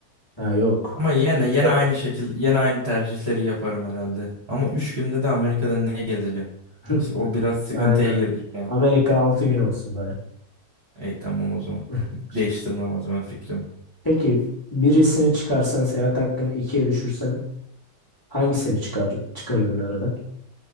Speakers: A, on the left; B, on the right.
A: Ha yok.
B: Ama yine
A: İlk
B: yine
A: defa.
B: aynı şekil yine aynı tercihleri yaparım herhalde. Ama 3 günde de Amerika'da ne gezeceğim?
A: <laughs>
B: İşte o biraz sıkıntıya
A: Aynen.
B: girdik şu an.
A: Amerika 6 gün olsun bari.
B: Ey tamam o zaman.
A: <laughs>
B: Değiştirmem o zaman fikrimi.
A: Peki birisini çıkarsan seyahat hakkını ikiye düşürsen hangisini çıkar, çıkarırdın aradan?